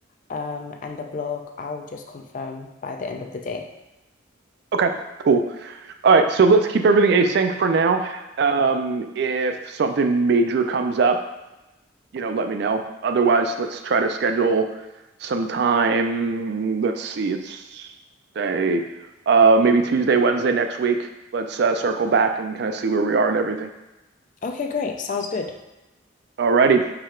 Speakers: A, on the left (about 40°); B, on the right (about 55°).
A: um, and the blog, I'll just confirm by the end of the day.
B: Okay, cool. All right, so let's keep everything async for now. Um, if something major comes up, you know, let me know. Otherwise, let's try to schedule some time. Let's see, it's day, uh, maybe Tuesday, Wednesday next week. Let's uh, circle back and kind of see where we are and everything.
A: Okay, great. Sounds good.
B: All righty.